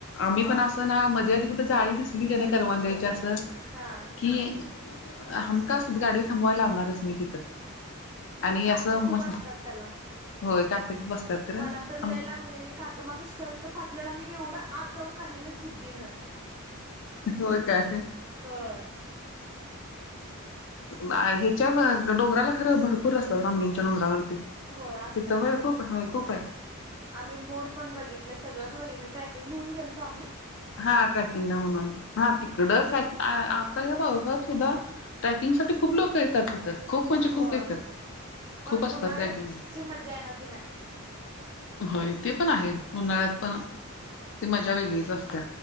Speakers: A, on the left (about 55°); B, on the right (about 20°).
A: आम्ही पण असं ना मध्ये आधी कुठं जाळी दिसली का नाही करवंदाची असं
B: हा.
A: कि, हमकास गाडी थांबवायला लावणारच मी तिथं. आणि
B: पण काटो
A: अस
B: खूप
A: मस,
B: असतात त्याला
A: होय काटक बसतात. खरं
B: मला तर लय
A: आम
B: लागलेले काट माझं शर्ट फाटलेला मी एवढं आत जाऊन काढलेलं जिद्दीनं.
A: होय काय?
B: होय
A: अ ह्याच्या डोंगराला खरं भरपूर असतात रामलिंगच्या डोंगरावरती.
B: होय असतात
A: तित होय खूप होय खूप आहेत.
B: आम्ही मोर पण बघितले सगळंच बघितलं ट्रॅकिंग म्हणून गेलतो आम्ही.
A: हा ट्रॅकिंगला म्हणून हा तिकड ट्रॅक आता या पावसात सुद्धा, ट्रॅकिंग साठी खूप लोक येतात ती थ खूप म्हणजे
B: हो
A: खूप येतात,
B: पण
A: खूप असतात
B: उन्हाळ्यात
A: ट्रेकिंगला.
B: जी मज्जा आहे ना ती नाही
A: होय ते पण आहे उन्हाळ्यात पण, ती मज्जा वेगळीच असत्या.